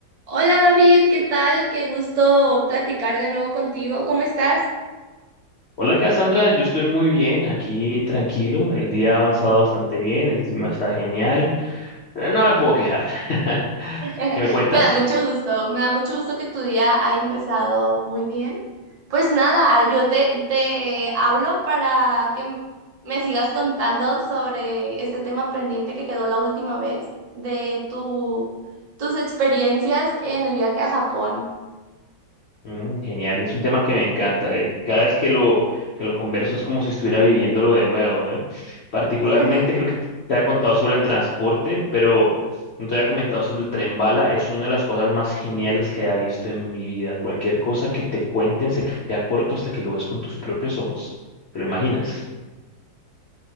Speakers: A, on the right (about 45°); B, on the left (about 70°).
A: Hola David, ¿qué tal? Qué gusto platicar de nuevo contigo. ¿Cómo estás?
B: Hola Cassandra, yo estoy muy bien, aquí tranquilo, el día ha avanzado bastante bien, el clima está genial, eh, no me puedo quejar. <laughs>
A: <laughs>
B: ¿Qué me cuentas?
A: Me da mucho gusto, me da mucho gusto que tu día haya empezado muy bien. Pues nada, yo te, te hablo para que m- me sigas contando sobre este tema pendiente que quedó la última vez de tu, tus experiencias en el viaje a Japón.
B: Mm, genial, y es un tema que me encanta, eh, Cada vez que lo, que lo converso es como si estuviera viviéndolo de nuevo, eh. Particularmente
A: <laughs>
B: creo que te ha contado sobre el transporte, pero no te había comentado sobre el tren bala, es una de las cosas más geniales que haya visto en mi vida. Cualquier cosa que te cuenten se queda corto hasta que lo ves con tus propios ojos, ¿te lo imaginas?